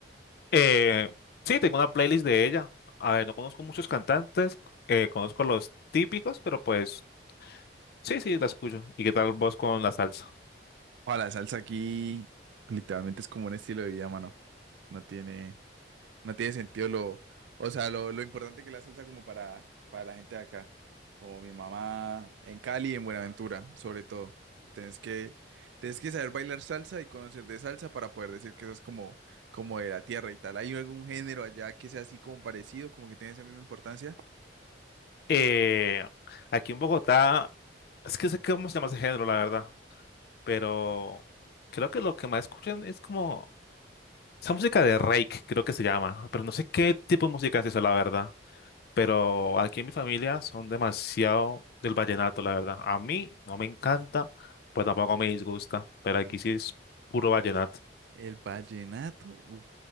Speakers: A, on the left; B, on the right.
A: Eh, sí, tengo una playlist de ella. A ver, no conozco muchos cantantes, eh, conozco los típicos, pero pues sí, sí, la escucho. ¿Y qué tal vos con la salsa?
B: Ojo, la salsa aquí literalmente es como un estilo de vida, mano. No tiene, no tiene sentido lo, o sea, lo, lo importante que es la salsa como para, para la gente de acá, como mi mamá en Cali y en Buenaventura, sobre todo. Tienes que, tienes que saber bailar salsa y conocer de salsa para poder decir que eso es como, como de la tierra y tal. ¿Hay algún género allá que sea así como parecido, como que tiene esa misma importancia?
A: Eh, aquí en Bogotá, es que sé cómo se llama ese género, la verdad, pero creo que lo que más escuchan es como esa música de Rake, creo que se llama, pero no sé qué tipo de música es eso, la verdad. pero aquí en mi familia son demasiado del vallenato, la verdad. A mí no me encanta, pues tampoco me disgusta, pero
B: Ok.
A: aquí sí es puro vallenato.
B: El vallenato, uf,